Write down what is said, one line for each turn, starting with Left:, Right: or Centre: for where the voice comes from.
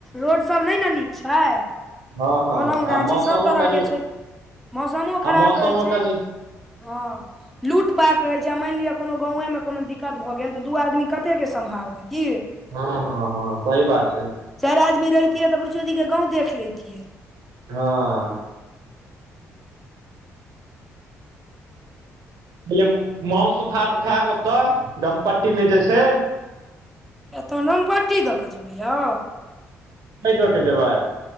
Centre: रोड सब नै न नीक छै।
Right: हँ हँ
Centre: कलम-गाछी
Right: आ मौसमो
Centre: सभ तरहके
Right: कनि
Centre: छै, मौसमों
Right: आ
Centre: खराब
Right: मौसमो
Centre: रहै छै।
Right: कनि
Centre: हँ, लूट। पाट रहैत छै, आ मानि लिअ कोनो गाँवे में कोनो दिक्कत भऽ गेल तऽ दू आदमी कते के सम्हारबै की।
Right: हँ हँ हँ सही बात छै।
Centre: चारि आदमी रहितियै तऽ के गाँव देख लेतिये।
Right: हँ। य माउस-भात खायब ओतऽ रामपट्टी में जे छै।
Centre: एतऽ नम पट्टी दऽ कऽ जेबै यौ।
Right: कै दऽ के जेबै।